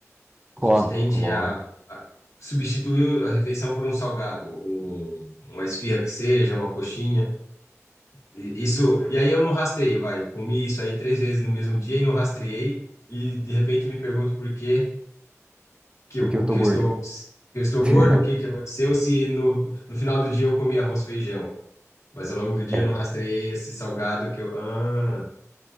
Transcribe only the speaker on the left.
A gente
tende
a, a substituir a refeição por um salgado, um, uma esfirra que seja, uma coxinha. E, isso, e aí eu não rastreio, vai. Eu comi isso aí três vezes no mesmo dia e não rastreei, e de repente me pergunto por que que
eu,
que eu
estou, que eu estou
gordo, o que que aconteceu, se no, no final do dia eu comi arroz e feijão. Mas ao longo do dia
eu não rastreei esse salgado que eu. Ah,